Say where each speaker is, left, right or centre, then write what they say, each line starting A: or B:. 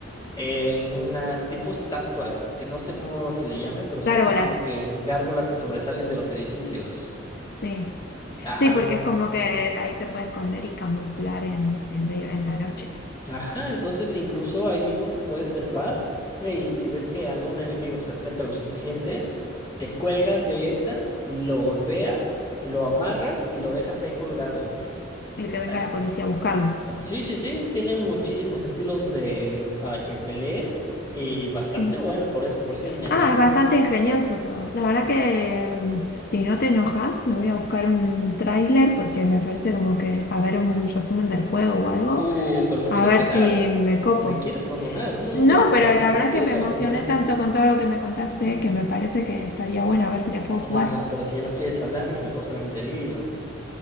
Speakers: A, on the left (about 20°); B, on the left (about 55°).
A: en unas tipo estatuas, que no sé cómo se le llame, pero son
B: Gárgolas,
A: como que gárgolas que sobresalen de los edificios.
B: sí.
A: Ajá,
B: Sí, porque es como que ahí se puede esconder y camuflar en, en medio, en la noche,
A: ajá, entonces incluso ahí mismo te puedes trepar y si ves que algún enemigo se acerca lo suficiente, te cuelgas de esa, lo golpeas, lo amarras y lo dejas ahí colgado.
B: el
A: O
B: que
A: sea,
B: venga la policía a buscarlo.
A: Ah, Sí, sí, sí, tiene muchísimos estilos de para que pelees y bastante
B: Sí.
A: bueno por eso, por ese dinamismo.
B: Ah, es bastante ingenioso todo. La verdad que mm, si no te enojas, me voy a buscar un tráiler porque me parece como que a ver un resumen del juego o algo,
A: Uh, pero me
B: a
A: quieres
B: ver
A: dejar,
B: si me copo.
A: me quieres abandonar, ¿cómo
B: No,
A: no quieres que me
B: pero
A: enoje?
B: la
A: Si
B: verdad
A: me quieres
B: que me emocioné
A: abandonar,
B: tanto con todo lo que me contaste que me parece que estaría bueno a ver si le puedo
A: nah,
B: jugar.
A: pero si ya no quieres hablarme, mejor solamente dilo.